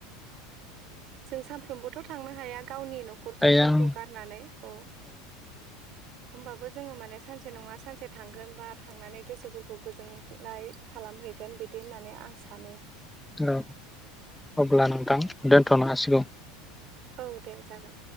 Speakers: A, on the right; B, in the centre.
A: जों सानफ्रोमबोथ' थां नो हाया गावनि न'खर
B: ओमफ्राय
A: संसारखौ
B: आं
A: गारनानै औ होमबाबो जोङो माने सानसे नङा सानसे थांगोन बा थांनानै गोसोफोरखौ गोजोनग्लाय खालामहैगोन बिदि होननानै आं सानो
B: औ अब्ला नोंथां दोनथ'नो हासिगौ
A: औ दे जागोन